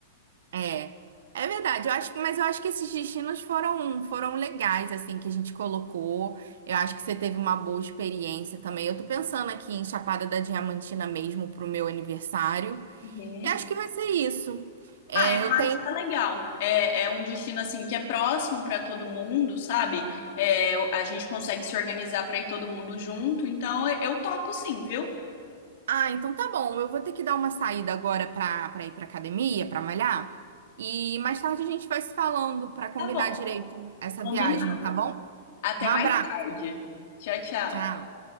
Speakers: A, on the right (about 65°); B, on the left (about 45°).
A: É, é verdade. Eu acho que, mas eu acho que esses destinos foram foram legais assim que a gente colocou. Eu acho que você teve uma boa experiência também. Eu tô pensando aqui em Chapada da Diamantina mesmo pro meu aniversário.
B: Uhum.
A: E acho que vai ser isso. É,
B: Ah, eu
A: eu
B: acho
A: tenho.
B: que é legal. É, é um destino assim que é próximo para todo mundo, sabe? É, a gente consegue se organizar para ir todo mundo junto, então eu topo sim, viu?
A: Ah, então tá bom. Eu vou ter que dar uma saída agora pra, pra ir pra academia, pra malhar. E mais tarde a gente vai se falando pra combinar
B: Tá bom,
A: direito essa
B: combinado.
A: viagem, tá bom?
B: Até
A: Um abraço.
B: mais tarde. Tchau, tchau.
A: Tchau.